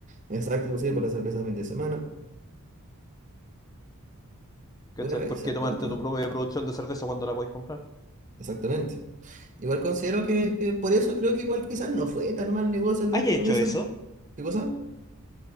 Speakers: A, on the right; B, on the left.
A: Exacto, sí, para la cerveza de fin de semana.
B: ¿Cachai?
A: Voy a revisar
B: ¿Por qué tomarte
A: cuánto.
B: tu propia producción de cerveza cuando la podéis comprar?
A: Exactamente. Igual considero que, que por eso creo que igual quizás no fue tan mal negocio el
B: ¿Has
A: de este
B: hecho
A: profesor.
B: eso?
A: ¿Qué cosa?